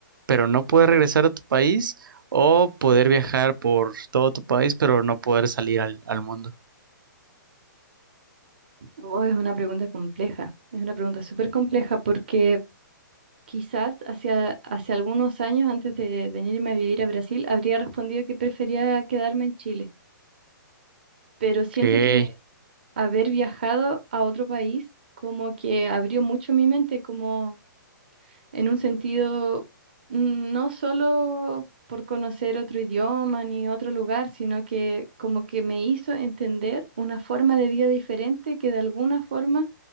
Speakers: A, on the right; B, on the right.
A: pero no poder regresar a tu país? ¿O poder viajar por todo tu país, pero no poder salir al al mundo?
B: Oh, es una pregunta compleja, es una pregunta súper compleja porque Quizás hacia, hace algunos años, antes de venirme a vivir a Brasil, habría respondido que prefería quedarme en Chile, pero siento
A: Ok.
B: que haber viajado a otro país como que abrió mucho mi mente, como en un sentido mm, no solo por conocer otro idioma ni otro lugar, sino que como que me hizo entender una forma de vida diferente que de alguna forma